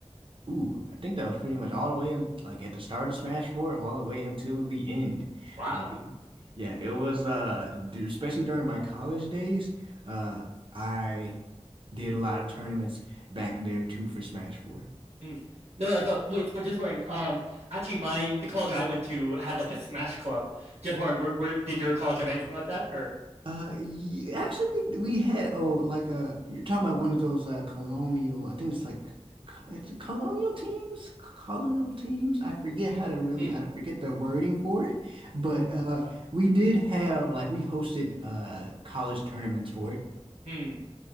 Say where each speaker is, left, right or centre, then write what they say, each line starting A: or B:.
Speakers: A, on the right (about 50°); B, on the right (about 65°).
A: Ooh, I think that was pretty much all the way in, like at the start of Smash 4, all the way until the end.
B: Wow.
A: Like, it- yeah, it was, uh, d- especially during my college days, uh, I did a lot of tournaments back there too for Smash 4.
B: Hmm. No, that's all. Wait, so just wondering. Um, actually, my the college I went to had like a Smash club. Just wondering, where, where did your college have anything like that? Or
A: Uh, y actually, we we had oh like uh you're talking about one of those uh colonial I think it's like co- it's colonial teams colonial teams I forget how to really
B: hmm,
A: I forget the wording for it but uh we did have like we hosted uh college tournaments for it
B: hmm,